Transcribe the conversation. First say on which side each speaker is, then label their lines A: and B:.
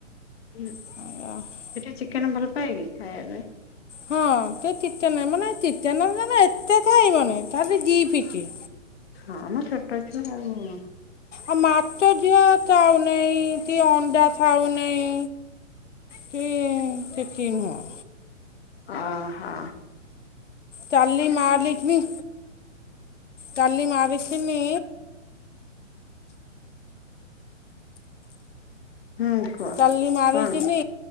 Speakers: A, on the left; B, on the left.
A: ହୁଁ।
B: <unintelligible>
A: ସେ ଟିକେ ଚିକେନ ଭଲ ପାଏ କି ଖାଇବାପାଇଁ?
B: ହଁ ସେ ଚିତେନେ ମାନେ ଚିକେନ ଏତେ ଥାଇବନି ଥାଲି ଦି ପିତି।
A: ହଁ ମ ଛୋଟଛୁଆ ଆଉ।
B: ଆଉ ମାଛ ଝିଅ ଥାଉନେଇ ତି ଅଣ୍ଡା ଥାଉ ନେଇ। ସେ ତିତି ନୁହଁ।
A: ଅ ହଁ।
B: ତାଲି ମାଲିଥିନି। କାଲି ମାରିିଥିନି।
A: ହୁଁ। କୁହ।
B: ତାଲି ମାରିଥିନି
A: କଣ